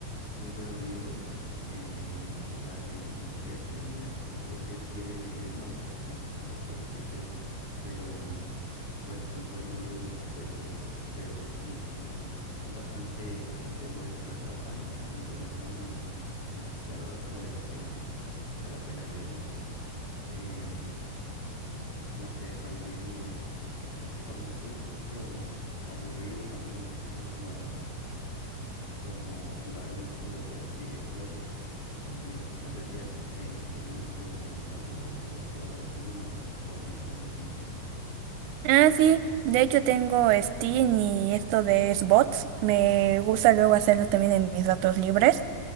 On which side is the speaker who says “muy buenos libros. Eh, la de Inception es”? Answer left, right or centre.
Left